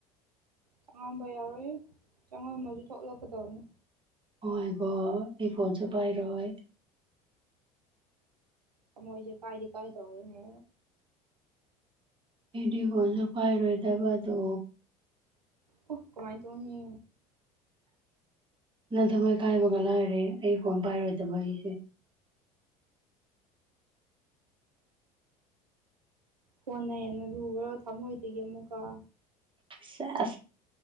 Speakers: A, on the right; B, on the right.
A: ꯆꯪꯉꯝꯕ ꯌꯥꯔꯣꯏꯍꯦ ꯆꯪꯉꯝꯃꯁꯨ ꯊꯣꯛꯂꯛꯀꯗꯧꯕꯅꯤ
B: ꯑꯣꯏ ꯃꯥꯏ ꯒꯣꯠ ꯑꯩ ꯐꯣꯟꯁꯨ ꯄꯥꯏꯔꯣꯏ
A: ꯊꯝꯃꯣꯏꯖꯦ ꯀꯥꯏꯗꯤ ꯀꯥꯏꯗꯧꯔꯦꯅꯦ
B: ꯑꯩꯗꯤ ꯐꯣꯟꯖꯨ ꯄꯥꯏꯔꯣꯏꯗꯕꯗꯣ
A: ꯑꯣ ꯀꯃꯥꯏ ꯇꯧꯅꯤ
B: ꯅꯪ ꯊꯃꯣꯏ ꯀꯥꯏꯕꯒ ꯂꯥꯏꯔꯤ ꯑꯩ ꯐꯣꯟ ꯄꯥꯏꯔꯣꯏꯗꯕ ꯑꯩꯁꯦ
A: ꯐꯣꯟꯅ ꯍꯦꯟꯅ ꯂꯨꯕ꯭ꯔꯣ ꯊꯃꯣꯏꯗꯒꯤ ꯑꯃꯨꯛꯀ
B: ꯁꯦꯁ